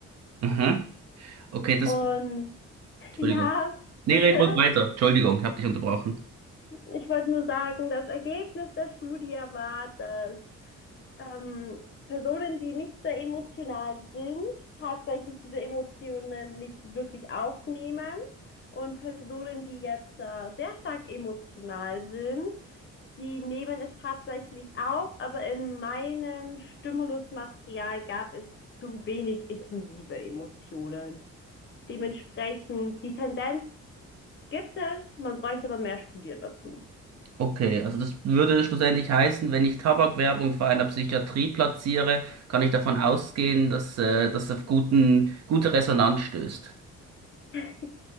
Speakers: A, on the right (about 60°); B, on the left (about 40°).
A: Aha. Okay, das.
B: Und <laughs>
A: Entschuldigung.
B: ja,
A: Nee,
B: bitte,
A: red ruhig weiter. Entschuldigung, ich habe dich unterbrochen.
B: ich wollte nur sagen, das Ergebnis der Studie war, dass ähm, Personen, die nicht sehr emotional sind, tatsächlich diese Emotionen nicht wirklich aufnehmen. Und Personen, die jetzt äh, sehr stark emotional sind, die nehmen es tatsächlich auf, aber in meinem Stimulusmaterial gab es zu wenig intensive Emotionen. Dementsprechend, die Tendenz gibt es, man bräuchte aber mehr Studien dazu.
A: Okay, also das würde schlussendlich heißen, wenn ich Tabakwerbung vor einer Psychiatrie platziere, kann ich davon ausgehen, dass äh, das auf guten, gute Resonanz stößt.
B: <laughs>